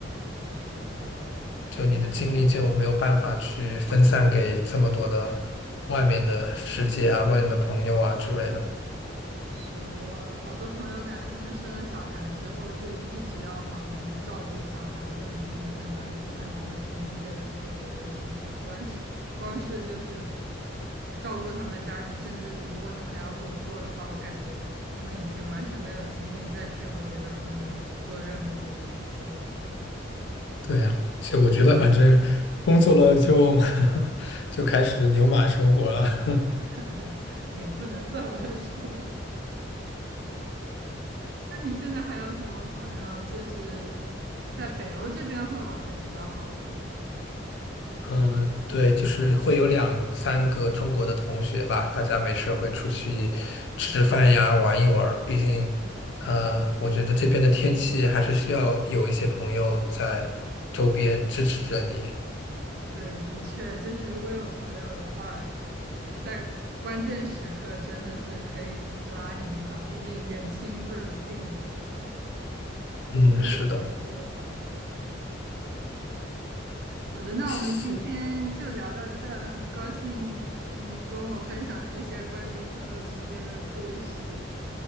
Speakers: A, on the right; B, on the left.
A: 是的，
B: 就你的精力就没有办法去分散给这么多的外面的世界啊、
A: 有的时
B: 外面的朋友啊之类的。
A: 是我好多朋友感觉他们生了小孩之后就一直要忙于照顾小孩，就已经很难，他们很难有精力再去做别的事情。光是光是就是照顾他们家庭，甚至如果他们还要工作的话，我感觉他们已经完全没有精力再去和别的朋友做任何的联系了。
B: 对呀，其实我觉得反正工作了就 <laughs> 就开始牛马生活了。<laughs>
A: <laughs> 也不能这么说。<laughs> 那你现在还有什么朋友就是在北欧这边会玩的比较好的吗？
B: 嗯，对，就是会有两三个中国的同学吧，大家没事儿会出去吃吃饭呀，玩一玩儿。毕竟，呃，我觉得这边的天气还是需要有一些朋友在周边支持着你。
A: 对，的确，就是如果有朋友的话，在关关键时刻真的是可以拉你一把，毕竟远亲不如近邻嘛，总是会有这种说法。
B: 嗯，是的。
A: 好的，那我们今天就聊到这儿，
B: 行，
A: 很高兴你跟我分享了这些关于朋友之间的故事。